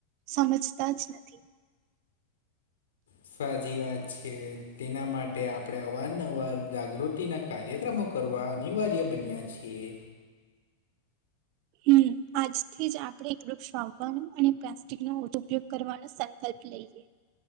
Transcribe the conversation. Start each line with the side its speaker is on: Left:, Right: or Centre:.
Right: સમજતા જ નથી.
Left: સાજીી વાત છે. તેના માટે આપણે અવારનવાર જાગૃતિના કાર્યક્રમો કરવા અનિવાર્ય બન્યા છીએ
Right: હમ આજથી જ આપડણે એકડું શવવાનો અને પ્લાસ્ટિક નો ઉપયોગ કરવાનો સંકલ્પ લઈએ.